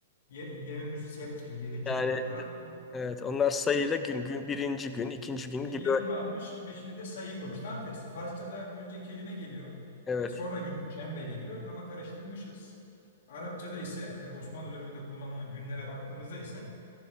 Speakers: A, on the left; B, on the left.
A: ye, yevmül sebt gibi, yedinci
B: Yani
A: gün gibi Arap
B: evet onlar sayıyla gün gün birinci gün ikinci gün
A: Ya
B: gibi.
A: Yevm almış, peşine de sayıyı koymuş. Tam tersi. Farsça'da önce kelime geliyor,
B: Evet.
A: e, sonra gün, şembe geliyor ama karıştırmışız. Arapça'da ise e, Osmanlı döneminde kullanılan günlere baktığımızda ise